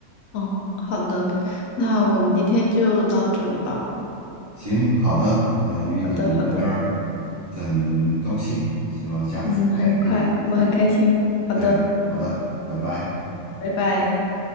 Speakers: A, on the left; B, on the right.
A: 哦，好的，那我们今天就到这里吧。
B: 行，好的，呃，与你聊天儿
A: 好的，好的，
B: 很高兴，希望下次还可以继续。
A: 嗯，很愉快，我很开心。好的，
B: 对，好的，拜拜。
A: 拜拜。